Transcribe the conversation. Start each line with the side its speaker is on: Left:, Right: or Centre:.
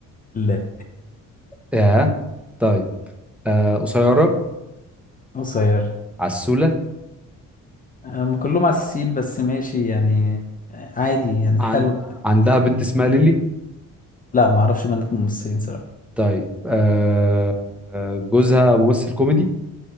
Left: لا
Centre: آه طيب آه قصيرة
Left: قصير
Centre: عسولة
Left: هم كلهم عساسيل بس ماشي يعني عادي يعني
Centre: عن...
Left: حلو
Centre: عندها بنت اسمها ليلي
Left: لا ما اعرفش بنات ممثلين صراحة
Centre: طيب آه آه، جوزها ممثل كوميدي